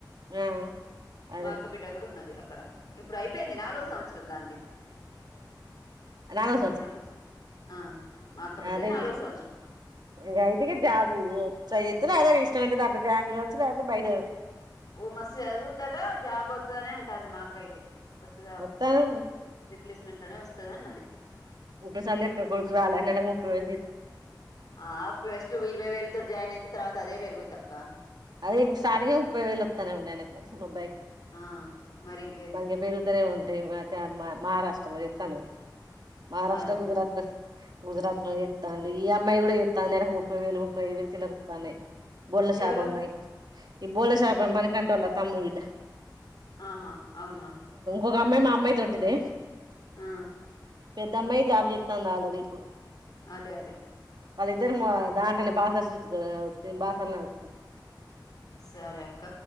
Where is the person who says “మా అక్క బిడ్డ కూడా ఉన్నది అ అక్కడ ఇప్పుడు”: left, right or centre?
Left